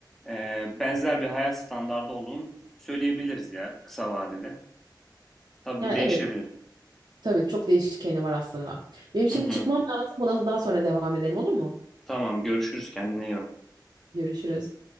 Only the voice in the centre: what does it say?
e, benzer bir hayat standardı olduğunu söyleyebiliriz ya kısa vadede. Tabii bu
değişebilir.
Hı hı.
Tamam görüşürüz kendine iyi bak.